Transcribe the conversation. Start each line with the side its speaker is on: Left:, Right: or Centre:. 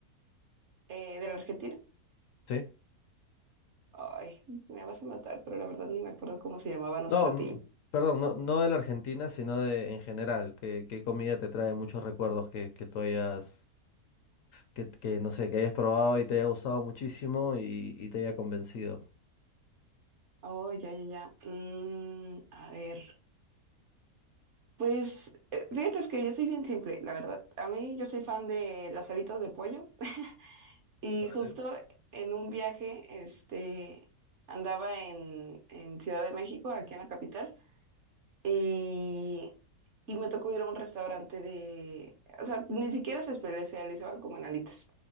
Right: Eh, ¿de la Argentina?
Left: ¿Sí?
Right: Ay, me vas a matar, pero la verdad ni me acuerdo cómo se llamaban los
Left: No,
Right: platillos.
Left: mm, perdón, no, no de la Argentina, sino de en general. ¿Qué, qué comida te trae muchos recuerdos que, que tú hayas, que, que no sé, que hayas probado y te haya gustado muchísimo y, y te haya convencido?
Right: Oh, ya, ya, ya. Mm, a ver. Pues eh, fíjate es que yo soy bien simple, la verdad. A mí yo soy fan de las alitas de pollo <laughs> y
Left: Vale.
Right: justo en un viaje, este, andaba en, en Ciudad de México, aquí en la capital, y, y me tocó ir a un restaurante de, o sea, ni siquiera se especializaban como en alitas,